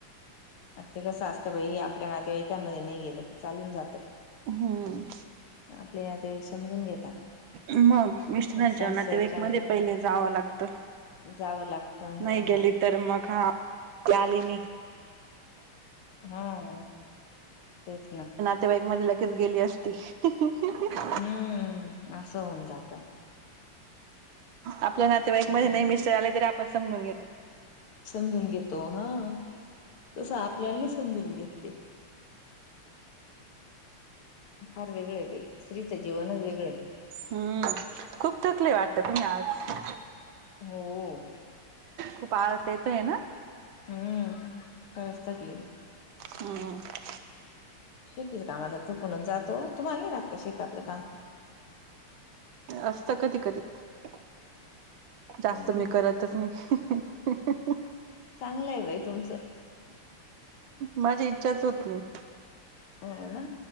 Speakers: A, on the left; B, on the right.
A: आं ते कसं आसतं बाई... आपल्या नातेवाईकांन मध्ये नई गेलं त चालून जातं.
B: हम्म्.
A: आपले नातेवाईक समजून घेता
B: मगं मस्टरांच्या
A: पण सासरच्या
B: नातेवाईकमध्ये पहिले जावं लागतं.
A: जावं लागतं हा
B: नई गेली तर मगं हां आप-ल्याली नई.
A: हां.. न. तेच ना.
B: त्या बाईक मध्ये लगेच गेली असती. हं हं हं हं.
A: हम्म्... आसं होऊन जातं.
B: आपल्या नातेवाईकमध्ये
A: त्याच्यामुळे
B: नई मिश्टर आले तरी आपण समजून घेतो.
A: समजून घेतो हां. तसं आपल्याला नई समजून घेतं ते. फार वेगळंय बई. स्त्रीचं जीवनचं वेगळंय.
B: हं.. अ.. खूप थकले वाटतं तुम्ही आज.
A: हो. हो.
B: खूप आळस येतोयं ना.
A: हंम्म... खरचं थकलीयं.
B: हां हां..
A: शेतीचं कामाला थकूनच जात हो. तूम्हाला नाही राहत का? शेतातलं कामं.
B: असतं कधी, कधी <inaudible> जास्तं
A: हो ना
B: मी करतचं नाही. <unintelligible>
A: चांगलयं बाई तुमचं.
B: माझी इच्छाचं होतं नाही.
A: हो ना.